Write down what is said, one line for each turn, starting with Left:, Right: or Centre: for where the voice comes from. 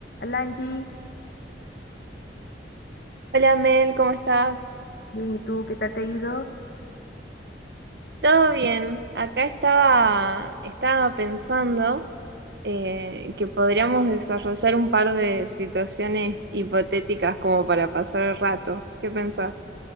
Left: Alangi,
Right: Hola Mel, ¿cómo estás?
Left: bien, ¿y tú qué tal te ha ido?
Right: ¿Todo bien? Acá estaba, estaba pensando eh, que podríamos desarrollar un par de situaciones hipotéticas como para pasar el rato. ¿Qué pensás?